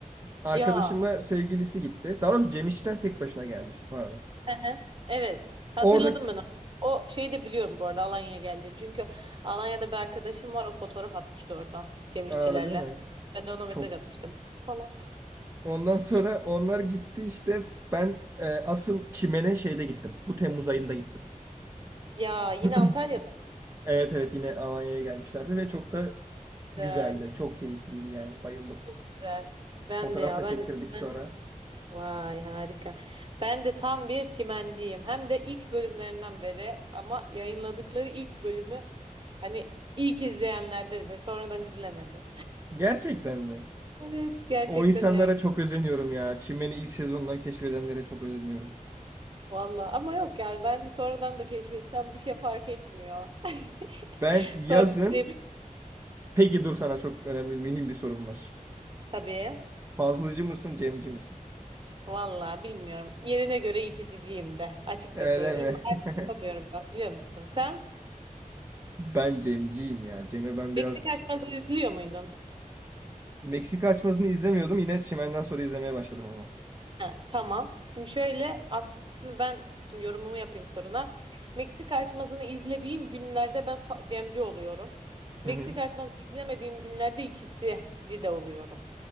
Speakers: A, on the right (about 20°); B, on the right (about 35°).
A: Arkadaşımla
B: Ya.
A: sevgilisi gitti. Daha doğrusu Cem İşler tek başına gelmişti pardon.
B: Hı hı. Evet. Hatırladım
A: Orada
B: ben onu. O şeyi de biliyorum bu arada Alanya'ya geldiğini. Çünkü Alanya'da bir arkadaşım var. O fotoğraf atmıştı oradan. Cem İşçilerle.
A: Aa, öyle mi?
B: Ben de ona mesaj
A: Çok.
B: atmıştım. Falan.
A: Ondan sonra
B: İlgi-
A: onlar gitti işte. Ben e, asıl Çimen'e şeyde gittim. Bu Temmuz ayında gittim.
B: Ya yine
A: <clears throat>
B: Antalya'da
A: Evet evet yine Alanya'ya gelmişlerdi ve çok da
B: güzel.
A: güzeldi. Çok keyifliydi yani. Bayıldım.
B: Çok güzel. Ben
A: Fotoğraf
B: de ya
A: da
B: ben
A: çektirdik
B: de çimen.
A: sonra.
B: Vay harika. Ben de tam bir çimenciyim. Hem de ilk bölümlerinden beri ama yayınladıkları ilk bölümü hani ilk izleyenlerdenim. Sonradan izlemedim.
A: Gerçekten mi?
B: Evet gerçekten
A: O insanlara
B: öyle.
A: çok özeniyorum ya. Çimen'i ilk sezondan keşfedenlere çok özeniyorum.
B: Valla ama yok yani ben de sonradan da keşfetsem bir şey fark etmiyor. <laughs>
A: Ben yazın...
B: Sonra tabii.
A: Peki dur sana çok önemli, mühim bir sorum var.
B: Tabii.
A: Fazlıcı mısın, Cemci misin?
B: Valla bilmiyorum. Yerine göre ikisiciyim de açıkçası.
A: Öyle
B: Bilmiyorum.
A: mi?
B: Ayrım
A: <laughs>
B: Yapamıyorum ben biliyor musun? Sen
A: Ben Cemciyim ya. Cem'e ben biraz
B: Meksika açması izliyor muydun?
A: Meksika açmasını izlemiyordum. Yine Çimen'den sonra izlemeye başladım ama.
B: Ha, tamam. Şimdi şöyle aslında ben şimdi yorumumu yapayım soruna. Meksika açmasını izlediğim günlerde ben fa- Cemci oluyorum. Meksika
A: Hı hı.
B: açmasını izlemediğim günlerde ikisici de oluyorum.